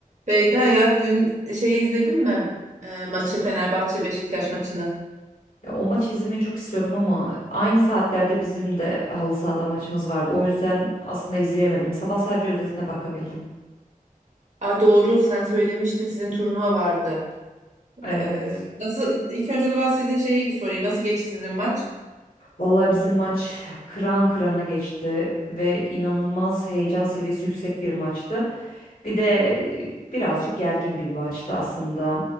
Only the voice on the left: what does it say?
Ya o maçı izlemeyi çok istiyordum ama aynı saatlerde bizim de halı sahada maçımız vardı. O yüzden aslında izleyemedim. Sabah sadece özetine bakabildim.
Evet.
Vallahi bizim maç kıran kırana geçti ve inanılmaz heyecan seviyesi yüksek bir maçtı. Bir de e, birazcık gergin bir maçtı aslında.